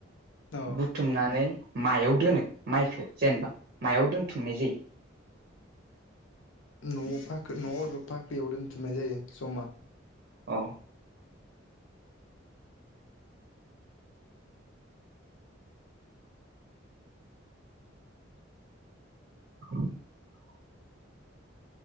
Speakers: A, on the left (about 80°); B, on the right (about 55°).
A: औ
B: बुथुमनानै मायाव दोनो माइखौ जेनेबा मायाव दोनथुमनाय जायो।
A: न'आव फाख्रि न'आव बबेबा फाख्रियाव दोनथुमनाय जायो जमा।
B: औ। <inaudible>